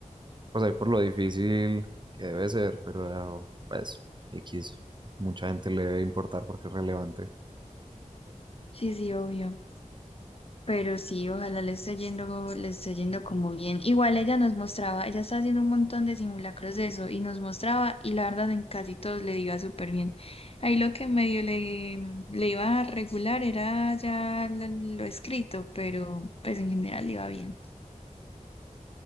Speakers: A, on the right; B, on the left.
A: Pues ahí por lo difícil que debe ser, pero eh, pues X. Mucha gente le debe importar porque es relevante.
B: Sí, sí, obvio. Pero sí, ojalá le esté yendo, le esté yendo como bien. Igual ella nos mostraba, ella está haciendo un montón de simulacros de eso y nos mostraba y la verdad en casi todos le iba súper bien. Ahí lo que medio le, le iba a regular era ya lo, lo escrito, pero pues en general le iba bien.